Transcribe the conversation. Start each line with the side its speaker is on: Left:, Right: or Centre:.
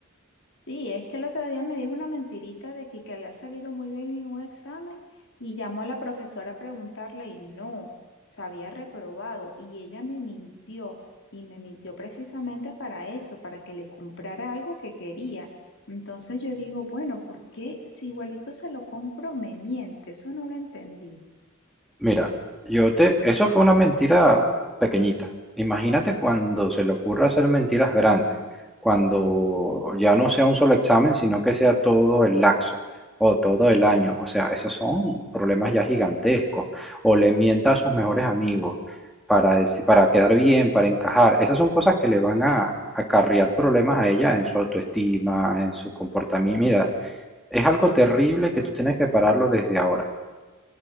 Left: Sí, es que el otro día me dijo una mentirita de que, que había salido muy bien en un examen y llamó a la profesora a preguntarle y no, se había reprobado y ella me mintió y me mintió precisamente para eso, para que le comprara algo que quería. Entonces yo digo, bueno, ¿por qué si igualito se lo compro, me miente? Eso no lo entendí.
Centre: Mira, yo te, eso fue una mentira pequeñita. Imagínate cuando se le ocurra hacer mentiras grandes, cuando ya no sea un solo examen, sino que sea todo el laxo o todo el año. O sea, esos son problemas ya gigantescos. O le mienta a sus mejores amigos para decir, para quedar bien, para encajar. Esas son cosas que le van a acarrear problemas a ella en su autoestima, en su comportamiento. Mira, es algo terrible que tú tienes que pararlo desde ahora.